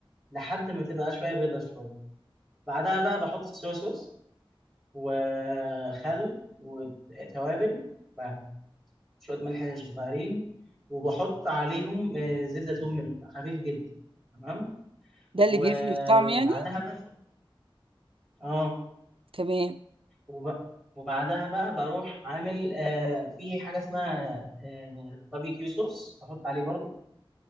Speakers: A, in the centre; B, on the right (about 75°).
A: لحد ما تبقى شوية بيضة شوية بعدها بقى بحط الصويا صوص وخل وتوابل مع شوية ملح صغيرين وبحط عليهم آه، زيت زيتون من- خفيف جدا تمام
B: ده
A: وبعدها
B: اللي بيفرق في الطعم يعني
A: بقى اه
B: تمام
A: وب- وبعدها بقى بروح عامل آه في حاجة اسمها آه باربيكيو صوص بحط عليه برضو